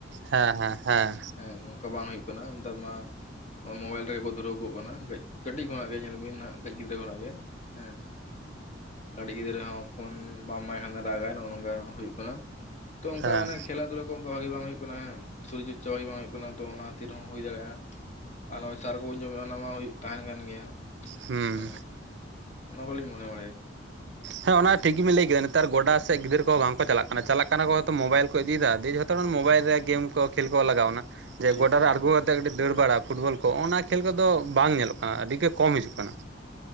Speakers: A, on the right; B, on the left.
A: ᱦᱮᱸ ᱦᱮᱸ ᱦᱮᱸ
B: ᱦᱮᱸ ᱱᱚᱝᱠᱟ ᱵᱟᱝ ᱦᱩᱭᱩᱜ ᱠᱟᱱᱟ ᱱᱮᱛᱟᱨ ᱢᱟ। ᱱᱚᱜᱼᱚᱭ ᱢᱳᱵᱟᱭᱤᱞ ᱨᱮ ᱜᱮ ᱠᱚ ᱫᱷᱩᱨᱟᱹᱣ ᱠᱚᱜ ᱠᱟᱱᱟ᱾ ᱠᱟᱹᱡ ᱠᱟᱹᱴᱤᱡ ᱠᱷᱚᱱᱟᱜ ᱜᱮ ᱧᱮᱞ ᱵᱤᱱ ᱱᱷᱟᱜ ᱠᱟᱹᱡ ᱜᱤᱫᱽᱨᱟᱹ ᱠᱷᱚᱱᱟᱜ ᱜᱮ। ᱦᱮᱸ ᱠᱟᱹᱴᱤᱡ ᱜᱤᱫᱽᱨᱟᱹ ᱦᱚᱸ ᱯᱷᱳᱱ ᱵᱟᱢ ᱮᱢᱟᱭ ᱠᱷᱟᱱ ᱫᱚ ᱨᱟᱜᱟᱭ᱾ ᱱᱚᱜᱼᱚ ᱱᱚᱝᱠᱟ ᱦᱩᱭᱩᱜ ᱠᱟᱱᱟ। ᱛᱚ ᱚᱱᱠᱟ
A: ᱦᱮᱸ
B: ᱚᱱᱮ ᱠᱷᱮᱞᱟ ᱫᱩᱞᱟ ᱠᱚ ᱚᱱᱠᱟ ᱵᱷᱟᱜᱤ ᱵᱟᱝ ᱦᱩᱭᱩᱜ ᱠᱟᱱᱟ ᱦᱮᱸ। ᱥᱚᱨᱩᱨ ᱪᱚᱨᱪᱟ ᱜᱮ ᱵᱟᱝ ᱦᱩᱭᱩᱜ ᱠᱟᱱᱟ ᱛᱚ ᱚᱱᱟ ᱠᱷᱛᱤᱨ ᱨᱮᱦᱚᱸ ᱦᱩᱭ ᱫᱟᱲᱮᱭᱟᱜᱼᱟ ᱾ ᱟᱨ ᱱᱚᱜᱼᱚᱭ ᱥᱟᱨ ᱠᱚᱵᱚᱱ ᱡᱚᱢᱮᱫᱼᱟ ᱚᱱᱟ ᱢᱟ ᱦᱩᱭᱩᱜ ᱛᱟᱦᱮᱱ ᱠᱟᱱ ᱜᱮᱭᱟ᱾
A: ᱦᱩᱸ
B: ᱦᱮᱸ ᱚᱱᱟ ᱵᱟᱞᱤᱧ ᱢᱚᱱᱮ ᱵᱟᱲᱟᱭᱟ।
A: ᱦᱮᱸ ᱚᱱᱟ ᱴᱷᱤᱠ ᱜᱮᱵᱤᱱ ᱞᱟᱹᱭ ᱠᱮᱫᱟ ᱱᱮᱛᱟᱨ ᱜᱚᱰᱟ ᱥᱮᱫ ᱜᱤᱫᱽᱨᱟᱹ ᱠᱚ ᱦᱚᱸ ᱵᱟᱝᱠᱚ ᱪᱟᱞᱟᱜ ᱠᱟᱱᱟ᱾ ᱪᱟᱞᱟᱜ ᱠᱟᱱᱟ ᱠᱚ ᱦᱚᱭᱛᱚ ᱢᱚᱵᱟᱭᱤᱞ ᱠᱚ ᱤᱫᱤᱭᱮᱫᱟ᱾ <unintelligible> ᱡᱚᱛᱚ ᱦᱚᱲ ᱢᱳᱵᱟᱭᱤᱞ ᱨᱮ ᱜᱮᱢ ᱠᱚ ᱠᱷᱮᱞ ᱠᱚ ᱞᱟᱜᱟᱣᱱᱟ ᱡᱮ
B: ᱴᱷᱤᱠ
A: ᱜᱚᱰᱟ ᱨᱮ ᱟᱬᱜᱚ ᱼᱼ ᱠᱟᱹᱴᱤᱡ ᱫᱟᱹᱲ ᱵᱟᱲᱟ ᱯᱷᱩᱴᱵᱚᱞ ᱠᱚ ᱚᱱᱟ ᱠᱷᱮᱞ ᱠᱚᱫᱚ ᱵᱟᱝ ᱧᱮᱞᱚᱜ ᱠᱟᱱᱟ ᱟᱹᱰᱤ ᱜᱮ ᱠᱚᱢ ᱦᱤᱡᱩᱜ ᱠᱟᱱᱟ।